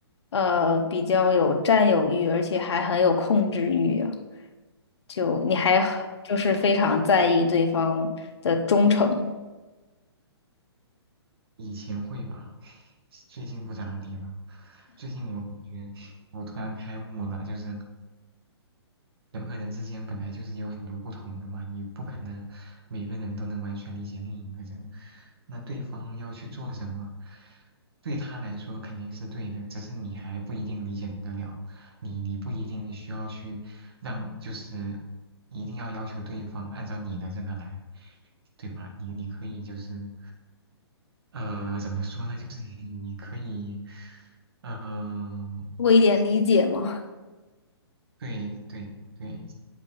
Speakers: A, on the left; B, on the right.
A: 呃比较有占有欲，而且还很有控制欲啊？就你还就是非常在意对方的忠诚，
B: 以前会吧，最近不咋地了。最近我感觉我突然开悟了，就是人和人之间本来就是有很多不同的嘛，你不可能每个人都能完全理解另一个人。那对方要去做什么，对他来说肯定是对的，只是你还不一定理解得了，你你不一定需要去让，就是一定要要求对方按照你的这个来，对吧？你你可以就是呃，怎么说呢？就是你你可以呃，
A: 多一点理解吗？
B: 对对对，